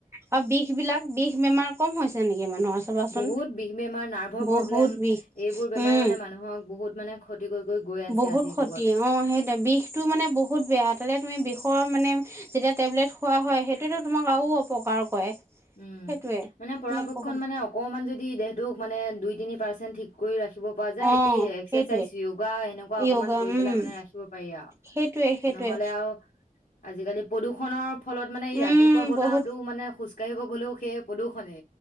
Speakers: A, on the right (about 20°); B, on the left (about 65°).
A: অ, বিষ বিলাক বিষ। বেমাৰ কম হৈছে নেকি মানুহৰ চাবাচোন
B: বহুত বিষ বেমাৰ নাৰ্ভৰ
A: বহুত
B: প্ৰব্লেম
A: বিষ
B: এইবোৰ বেমাৰে
A: উম
B: মানে মানুহক বহুত মানে ক্ষতি কৰি কৰি গৈ আছে
A: বহুত
B: আজিৰ
A: ক্ষতি
B: যুগত
A: অ সেইটো বিষটো মানে বহুত বেয়া তালতে তুমি বিষ ষৰ মানে যেতিয়া টেবলেট খোৱা হয় সেইটোতো তোমাক আৰু অপকাৰ কৰে <unintelligible>
B: উম
A: সেইটোৱে
B: মানে পৰাপক্ষত
A: বহুত
B: মানে অকমান যদি দেহটোক মানে দুই তিনি পাৰ্চেন ঠিক কৰি ৰাখি। ৰাখিব পৰা যায়।
A: অ
B: এইয়ে এক্সেচাইজ
A: সেইটোৱে
B: য়গা এনেকুৱা অকপমান
A: য়োগা
B: কৰি
A: উম
B: পেলাই মানে ৰাখিব পাৰি আৰ,
A: সেইটোৱে সেইটোৱে
B: নহলে আৰু আজিকালি পদু খনৰ ফলত মানে
A: উম
B: ৰাতিপুৱা বতাহটো
A: বহুত
B: মানে খোজ কাঢ়ি ভিক্ষাৰী সকলেও সেই পদূষণে।